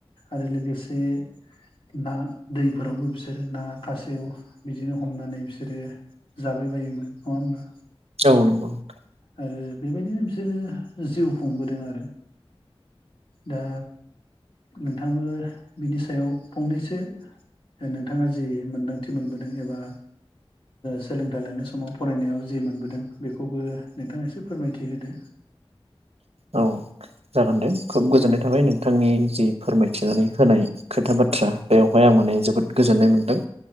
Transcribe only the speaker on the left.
आरो लोगोसे ना दैफोरावबो बिसोरो ना खासेव बिदिनो हमनानै बिसोरो जाबाय बायोमोन नङा होमबा।
आरो बेबायदिनो बि सोरो जिउ खुंबोदों आरो दा नोंथाबो बिनि सायाव फंनैसो नोंथाङा जि मोनदांथि मोनबोदों एबा सोलोंथाइ लानाय समाव फरायनायाव जि मोनबोदों बेखौबो नोंथाङा एसे फोरमायथि होदो।